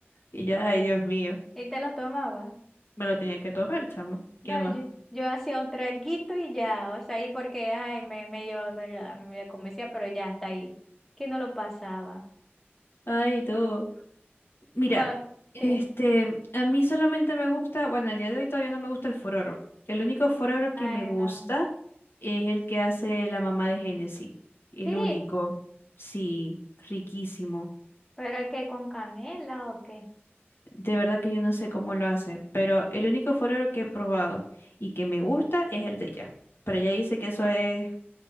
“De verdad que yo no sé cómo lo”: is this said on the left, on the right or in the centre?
Left